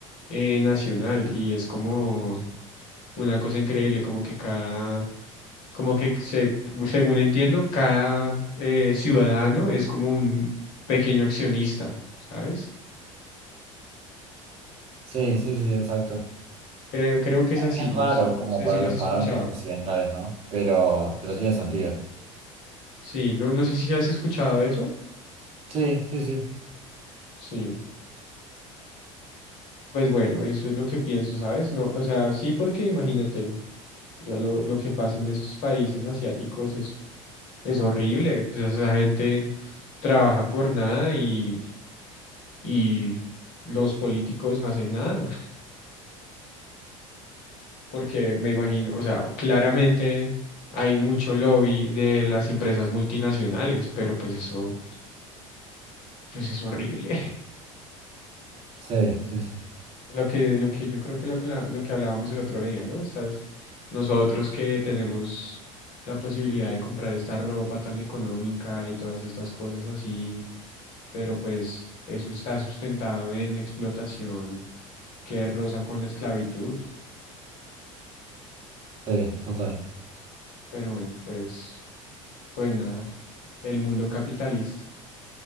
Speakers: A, on the left (about 60°); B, on the right (about 35°).
A: eh, nacional y es como una cosa increíble, como que cada, como que se, según entiendo, cada eh, ciudadano es como un pequeño accionista, ¿sabes?
B: Sí, sí, sí, exacto.
A: Creo, creo que es así,
B: Es
A: no,
B: raro
A: s- no
B: como
A: sé
B: para
A: si lo
B: los
A: has escuchado.
B: parámetros occidentales, ¿no? Pero, pero
A: Sí.
B: tiene sentido.
A: Sí, no, no sé si has escuchado eso.
B: Sí, sí, sí.
A: Sí, pues bueno, eso es lo que pienso, ¿sabes? No, o sea, sí, porque imagínate, o sea, lo, lo que pasa en estos países asiáticos es, es horrible. Pues esa gente trabaja por nada y, y los políticos no hacen nada. <laughs> Porque me imagino, o sea, claramente hay mucho lobby de las empresas multinacionales, pero pues eso, pues es horrible.
B: Sí, sí, sí.
A: Lo que, lo que yo creo que lo que, la- lo que hablábamos el otro día, ¿no? Estas, nosotros que tenemos la posibilidad de comprar esta ropa tan económica y todas estas cosas así, pero pues eso está sustentado en explotación que roza con la esclavitud,
B: Sí, total.
A: pero bueno, pues, pues nada, el mundo capitalista,